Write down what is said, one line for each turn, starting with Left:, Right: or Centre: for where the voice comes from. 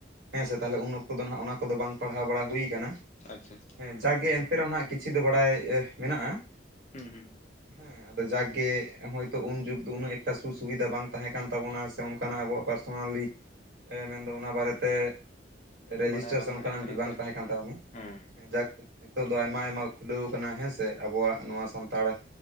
Right: ᱦᱮᱸ ᱥᱮ ᱛᱟᱦᱞᱮ ᱩᱱ ᱚᱠᱛᱚ ᱫᱚ ᱱᱟᱦᱟᱜ ᱚᱱᱟ ᱠᱚᱫᱚ ᱵᱟᱝ ᱯᱟᱲᱦᱟᱣ ᱵᱟᱲᱟ ᱦᱩᱭ ᱠᱟᱱᱟ ᱾
Left: ᱟᱪᱪᱷᱟ
Right: ᱦᱮᱸ ᱡᱟᱠᱜᱮ ᱮᱱᱛᱮ ᱨᱮ ᱦᱚᱸ ᱱᱟᱜ ᱠᱤᱪᱷᱤ ᱫᱚ ᱵᱟᱲᱟᱭ ᱢᱮᱱᱟᱜᱼᱟ ᱾
Left: ᱦᱩᱸ ᱦᱩᱸ᱾
Right: ᱦᱮᱸ ᱟᱫᱚ ᱡᱟᱠ ᱜᱮ ᱦᱚᱭᱛᱚ ᱩᱱ ᱡᱩᱜᱽᱼᱼ ᱩᱱᱟᱹᱜ ᱮᱠᱴᱟ ᱥᱩᱨ ᱥᱩᱵᱤᱫᱷᱟ ᱵᱟᱝ ᱛᱟᱦᱮᱸ ᱠᱟᱱ ᱛᱟᱵᱚᱱᱟ ᱥᱮ ᱚᱱᱠᱟᱱᱟᱜ ᱟᱵᱚᱣᱟᱜ ᱯᱟᱨᱥᱚᱱᱟᱞᱤᱼᱼ ᱢᱮᱱᱫᱚ ᱚᱱᱟ ᱵᱟᱨᱮᱛᱮ ᱨᱮᱡᱤᱥᱴᱟᱨ
Left: ᱵᱟᱰᱟᱭ ᱵᱟᱝ
Right: ᱥᱮ
Left: ᱛᱟᱦᱮᱸ
Right: ᱚᱱᱠᱟᱱᱟᱜ
Left: ᱠᱟᱱᱟ
Right: ᱢᱤᱫᱴᱤᱡ
Left: ᱥᱮ
Right: ᱵᱟᱝ ᱛᱟᱦᱮᱸ ᱠᱟᱱ ᱛᱟᱵᱚᱱᱟ
Left: ᱦᱮᱸ
Right: ᱾ ᱡᱟᱠ ᱱᱤᱛᱚᱜ ᱫᱚ ᱟᱭᱢᱟ ᱟᱭᱢᱟ ᱠᱷᱩᱞᱟᱹᱣ ᱠᱟᱱᱟ ᱦᱮᱸ ᱥᱮ ᱟᱵᱚᱣᱟᱜ ᱱᱚᱣᱟ ᱥᱟᱱᱛᱟᱲ ᱾